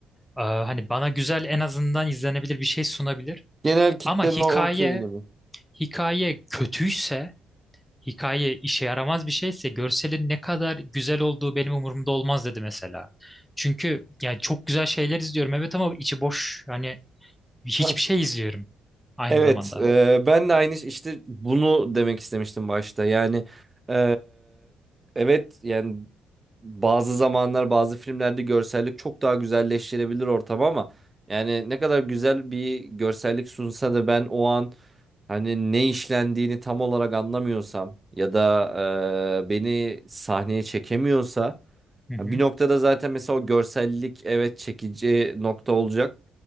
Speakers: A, in the centre; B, on the right (about 20°).
A: Ee, hani bana güzel en azından izlenebilir bir şey sunabilir.
B: Genel kitlenin
A: Ama hikaye,
B: o okeyini mi?
A: hikaye kötüyse, hikaye işe yaramaz bir şeyse görselin ne kadar güzel olduğu benim umurumda olmaz dedi mesela. Çünkü yani çok güzel şeyler izliyorum evet ama içi boş. Hani hiçbir
B: <laughs>
A: şey izliyorum aynı
B: Evet,
A: zamanda.
B: e, ben de aynı işte bunu demek istemiştim başta. Yani e, evet yani bazı zamanlar bazı filmlerde görsellik çok daha güzelleştirebilir ortamı ama yani ne kadar güzel bir görsellik sunsa da ben o an hani ne işlendiğini tam olarak anlamıyorsam ya da e, beni sahneye çekemiyorsa
A: Hı hı.
B: ya Bir noktada zaten mesela o görsellik evet çekici nokta olacak.